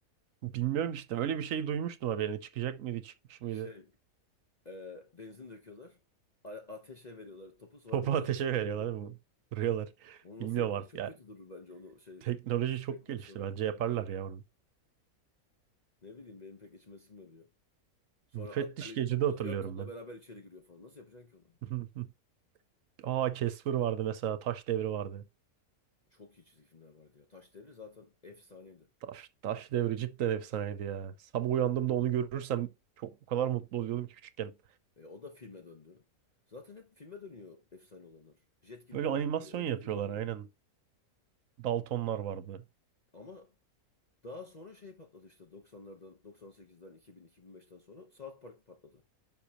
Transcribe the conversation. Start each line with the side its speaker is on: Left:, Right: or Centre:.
Right: bilmiyorum işte öyle bir şey duymuştum haberini. Çıkacak mıydı çıkmış
Left: Şey
Right: mıydı?
Left: Ee, benzin döküyorlar. A- ateşe veriyorlar
Right: <laughs>
Left: topu. Sonra
Right: Topu
Left: birisi
Right: ateşe
Left: çok mu
Right: veriyorlar
Left: çekiyor?
Right: değil mi? Vuruyorlar.
Left: Onu nasıl
Right: Bilmiyorum
Left: yaparız?
Right: artık
Left: Çok
Right: ya.
Left: kötü durur bence onu şey
Right: Teknoloji çok
Left: efekt
Right: gelişti
Left: yapsan.
Right: bence yaparlar ya onu.
Left: Ne bileyim benim pek içime sinmiyor. Sonra
Right: Müfettiş
Left: at kaleci
Right: Gece'de
Left: topu
Right: hatırlıyorum
Left: tutuyor. Topla
Right: ben.
Left: beraber içeri giriyor falan. Nasıl yapacaksın ki onu?
Right: <laughs> Aa Casper vardı mesela Taş Devri vardı.
Left: Çok iyi çizgi filmler vardı ya. Taş Devri zaten efsaneydi.
Right: Taş, taş Devri cidden efsaneydi ya. Sabah uyandığımda onu görürsem çok o kadar mutlu oluyordum ki küçükken.
Left: E, o da filme döndü. Zaten hep filme dönüyor efsane olanlar. Jetgiller
Right: Böyle animasyon
Left: vardı. O
Right: yapıyorlar
Left: da filme döndü.
Right: aynen. Daltonlar vardı.
Left: Ama daha sonra şey patladı işte 90'lardan, 98'den, 2000, 2005'ten sonra South Park patladı.